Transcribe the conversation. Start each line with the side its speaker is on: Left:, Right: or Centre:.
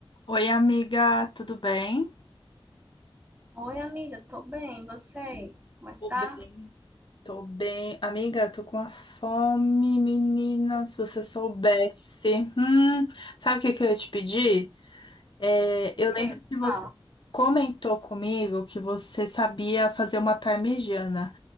Left: Oi, amiga, tudo bem?
Right: Oi, amiga, tô bem, e você? Como é que
Left: Tô
Right: tá?
Left: bem. Tô bem. Amiga, tô com uma fome, menina. Se você soubesse. Hum, sabe o que que eu ia te pedir? É,
Right: O
Left: eu
Right: quê?
Left: lembro que você
Right: Fala.
Left: comentou comigo que você sabia fazer uma parmegiana.